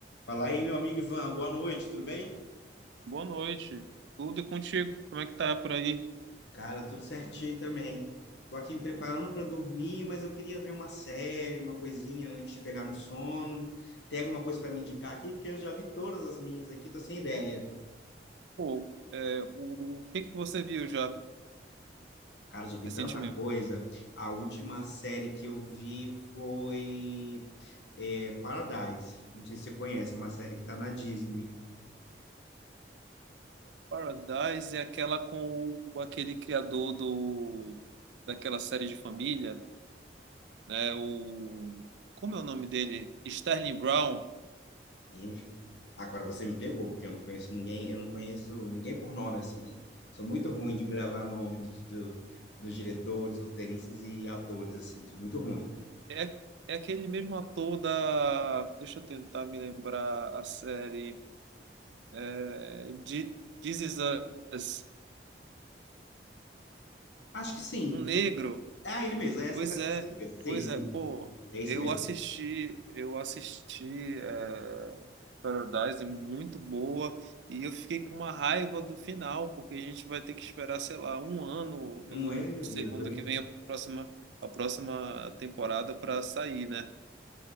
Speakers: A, on the left; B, on the right.
A: Fala aí, meu amigo Ivan. Boa noite, tudo bem?
B: Boa noite. Tudo e contigo? Como é que tá por aí?
A: Cara, tudo certinho também. Tô aqui me preparando para dormir, mas eu queria ver uma série, uma coisinha antes de pegar no sono. Tem alguma coisa para me indicar aqui? Porque eu já vi todas as minhas aqui, tô sem ideia.
B: Pô, é, o, o que que você viu já
A: Cara, já vi
B: recentemente?
A: tanta coisa. A última série que eu vi foi é, Paradise. Não sei se você conhece, é uma série que tá na Disney.
B: Paradise é aquela com o- aquele criador do daquela série de família, né? O como é o nome dele? Sterling Brown.
A: Ih, meu filho. Agora você me pegou, porque eu não conheço ninguém, eu não conheço ninguém por nome, assim. Sou muito ruim de gravar nome de- do- dos diretores, roteiristas e atores, assim. Sou muito ruim.
B: É, é aquele mesmo ator da. Deixa eu tentar me lembrar a série. É, de- This Is Us.
A: Acho que sim.
B: Um negro.
A: Ah, ele mesmo, é essa,
B: Pois
A: essa
B: é,
A: série mesmo. Sim,
B: pois
A: sim.
B: é, pô,
A: É esse
B: eu
A: mesmo.
B: assisti, eu assisti é, Paradise, muito boa, e eu fiquei com uma raiva do final, porque a gente vai ter que esperar, sei lá, um ano,
A: Não
B: eu
A: é, Elira,
B: não sei quando
A: também.
B: é que vem a próxima, a próxima temporada para sair, né?